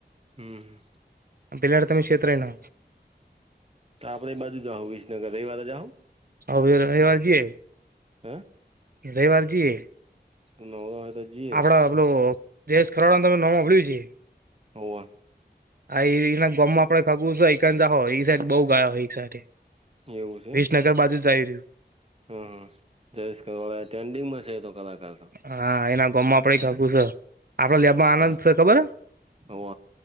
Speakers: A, on the right; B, on the right.
A: હમ્મ
B: પિલાડ તમે ક્ષેત્ર ન
A: તો આપડે એ બાજુ જા વિસનગર રવિ વારે જા
B: હ ભ રવવાર જીએ
A: હે
B: રવવાર જીએ.
A: તું ન હોય તજી
B: આપડા પેલ દેશ ખરાડા તમે નમડ્યું છે.
A: હો
B: આ એના ગમ માં આપડે ખગુંર છે એક જાખો એ સાઈડ બઉુ ગાય હોય એક સાઈડ
A: એવું છેમ.
B: વિસનગર બાજુ જ આવી રહ્યું
A: હા હા જશળ્રેન્ડિંગમાં છે તો કલાકાર તો
B: હા એના ગમમાં આપડ
A: હે
B: ખાકું છે આપડો લેબમાં
A: હા
B: આનંદ છે ખબર
A: હોવ